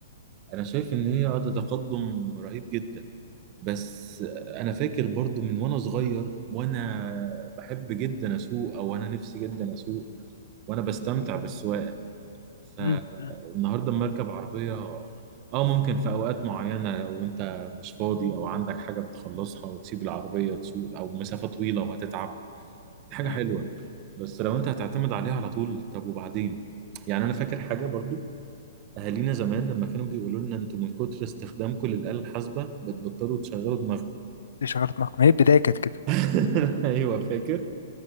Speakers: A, on the right (about 35°); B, on the left (about 80°).
A: انا شايف ان هي ده تقدم رهيب جدا بس انا فاكر برضو من وانا صغير وانا بحب جدا اسوق او انا نفسي جدا اسوق وانا بستمتع بالسواقه فالنهارده
B: مم، مم،
A: لما اركب عربيه اه ممكن في اوقات معينه وانت مش فاضي او عندك حاجه بتخلصها وتسيب العربيه تسوق او مسافه طويله وهتتعب دي حاجه
B: مم،
A: حلوه بس لو
B: مم.
A: انت هتعتمد عليها على طول طب وبعدين يعني انا فاكر حاجه برضو اهالينا زمان لما كانوا بيقولوا لنا انتوا من كتر استخدامكم للآلة الحاسبة بتبطلوا تشغلوا دماغكم
B: دي شعرت نقم ما هي البداية كانت كده
A: <laughs> ايوه فاكر